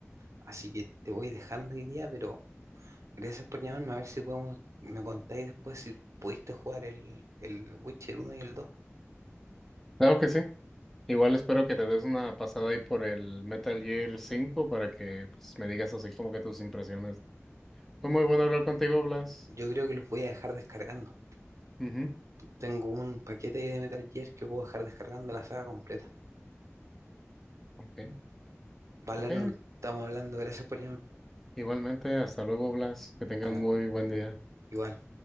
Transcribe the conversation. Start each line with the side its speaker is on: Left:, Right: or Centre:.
Right: así que te voy dejando hoy día, pero gracias por llamarme, a ver si podemos, me contáis después si pudiste jugar el, el Witcher uno y el dos
Centre: claro que sí. Igual espero que te des una pasada ahí por el Metal Gear 5 para que pues, me digas así como que tus impresiones. Fue muy bueno hablar contigo, Blas.
Right: Yo creo que los voy a dejar descargando.
Centre: Ujú.
Right: Tengo un paquete ahí de Metal Gear que puedo dejar descargando la saga completa.
Centre: Ok,
Right: Valar,
Centre: ok.
Right: nos estamos hablando, gracias por llamar.
Centre: Igualmente, hasta luego, Blas. Que tengan
Right: Vale,
Centre: muy buen día.
Right: igual.